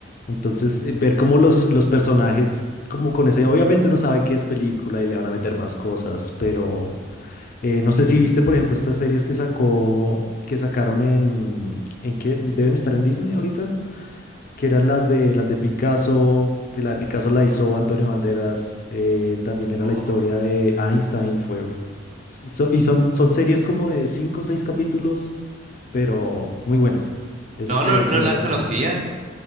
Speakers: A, on the left; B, on the right.
A: Entonces, eh, ver cómo los, los personajes, como con ese, obviamente uno sabe que es película y le van a meter más cosas, pero eh, no sé si viste, por ejemplo, estas series que sacó, que sacaron en, ¿en qué? ¿Deben estar en Disney ahorita? que eran las de las de Picasso, que la de Picasso la hizo Antonio Banderas, eh, también era
B: Oh.
A: la historia de Einstein, fue so- y son, son series como de cinco o seis capítulos, pero muy buenas. Esas
B: No, no,
A: eh,
B: no
A: te las
B: las
A: recomiendo.
B: conocía,